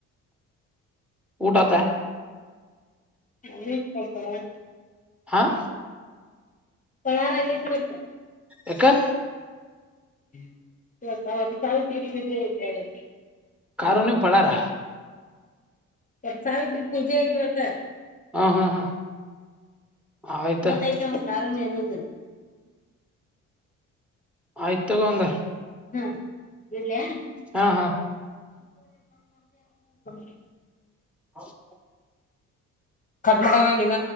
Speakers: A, in the centre; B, on the left.
A: ಊಟ ಆತ?
B: <unintelligible>
A: ಆಹ್
B: ಪಣಾರಾಗತವಟ್ಟ
A: ಯಕಾ
B: <unintelligible>
A: ಕಾರುನ್ಯ ಪಳಾರ
B: ಎಡ್ ಸಾವಿತ್ರಿ ಪೂಜೆ ಐತ್ ಇವತ್ತ
A: ಹಾ ಹಾ ಹಾ ಆಯ್ತ
B: ಇವತ ಇತ ಕಾರಣ ಏನದು
A: ಆಯ್ತ್ ತಗೊ ಅಂಗ
B: ಹ್ಮ ಇಡ್ಲಾ
A: ಹಾ ಹಾ
B: <unintelligible>
A: <inaudible>
B: ಕಟ್ ಮಾಡವ ನೀನ